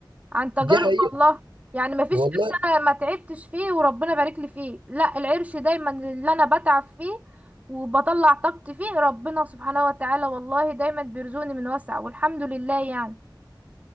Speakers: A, on the right (about 20°); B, on the right (about 85°).
A: عن تجارب
B: دي حقيقة
A: الله يعني مفيش
B: والله
A: قرش انا ما تعبتش فيه وربنا بارك لي فيه لا العرش دايما اللي انا بتعب فيه وبطلع طاقتي فيه ربنا سبحانه وتعالى والله دايما بيرزقني من وسع والحمد لله يعني